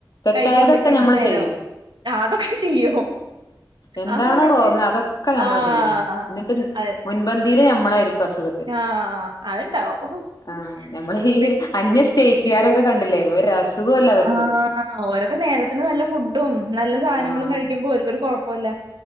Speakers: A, on the left; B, on the right.
A: തെറ്റായതൊക്കെ
B: കഴിക്കുമ്പഴേക്കിനും
A: ഞമ്മൾ
B: നേരാവും.
A: ചെയ്യും
B: ആഹ് അതൊക്കെ ചെയ്യും.
A: എന്താണോ
B: അപ്പൊ പിന്നെ
A: റോങ് അതൊക്കെ നമ്മൾ
B: ആഹ്
A: ചെയ്യും എന്നിട്ട്
B: അതെ
A: മുൻപന്തിൽ നമ്മ ണ്ടായിരി ക്കുഅസുഖത്തിന്
B: ആഹ് അത്ണ്ടാവും.
A: ആ നമ്മള്
B: അപ്പൊ
A: ഈ അന്യ സ്റ്റേറ്റുകാരൊക്കെ കണ്ടില്ലേ ഒരു അസുഖോല്ല അവർക്കൊന്നും
B: ആ ഓരോക്കെ നേരത്തിന് നല്ല ഫുഡും നല്ല സാധനങ്ങളും
A: ആഹ്
B: കഴിക്കുമ്പോ ഒരേക്കൊരു കു പ്പല്ല